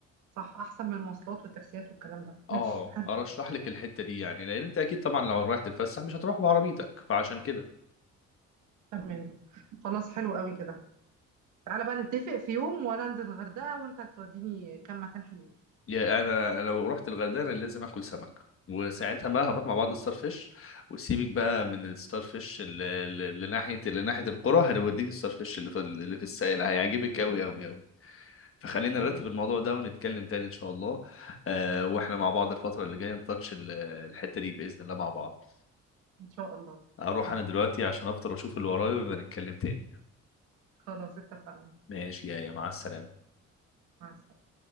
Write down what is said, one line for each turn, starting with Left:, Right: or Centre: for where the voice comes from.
Right: صح احسن من المواصلات والتاكسيات والكلام ده
Left: اه
Right: ماشي حلو
Left: ارشح لك الحته دي يعني لان انت اكيد طبعا لو رايح تتفسح مش هتروح بعربيتك فعشان كده
Right: تمام خلاص حلو قوي كده تعالى بقى نتفق في يوم وانا انزل الغردقة وانت توديني كم مكان حلوين
Left: يعني انا لو رحت الغردقه لازم اكل سمك وساعتها بقى هنروح مع بعض الستار فيش وسيبك بقى من الستار فيش اللي اللي- اللي ناحيه اللي ناحيه القرى هنوديك الستار فيش اللي في اللي في السائل هيعجبك قوي قوي قوي. فخلينا
Right: خلاص
Left: نرتب الموضوع ده ونتكلم تاني ان شاء الله آه واحنا مع بعض الفترة اللي جاية نتاتش ال- الحتة دي بإذن الله مع بعض
Right: ان شاء الله
Left: هروح
Right: تمام
Left: انا دلوقتي عشان افطر واشوف اللي ورايا ويبقى نتكلم تاني
Right: خلاص اتفقنا
Left: ماشي يا يا مع السلامة
Right: مع السلامة